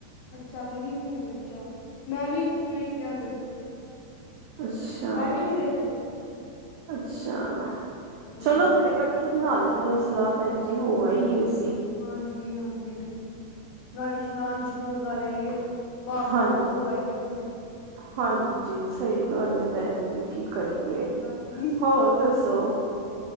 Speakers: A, on the left; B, on the right.
A: ਅੱਛਾ ਕਦੀ ਨਹੀਂ ਗੇ ਅੱਛਾ ਮੈਂ ਵੀ ਨਹੀਂ ਗਿਆ ਕਦੀ
B: ਅੱਛਾ,
A: ਮੈਂ ਵੀ ਨਹੀਂ ਗਈ ਕਦੀ
B: ਅੱਛਾ
A: ਹਾਂਜੀ
B: ਚਲੋ ਫਿਰ ਇਕੱ ਇਕਠੇ ਬਣਾ ਲੈਂਦੇ ਸਲਾਹ ਭੈਜੀ ਹੋ ਆਈਏ ਅਸੀਂ
A: ਹਾਂਜੀ ਹਾਂਜੀ ਨਾਲੇ ਇਸ਼ਨਾਨ ਸਸ਼ਨੂਨ ਕਰ ਆ ਈਏ ਪਾਪ
B: ਹਾਂ
A: ਪੂਪ ਧੋਆਈਏ ਆਪਣੇ
B: ਹਾਂਜੀ ਸਹੀ ਗੱਲ ਹੈ ਭੈਣ ਜੀ ਕੀ ਕਰੀਏ
A: ਹਾਂਜੀ
B: ਹੋਰ ਦੱਸੋ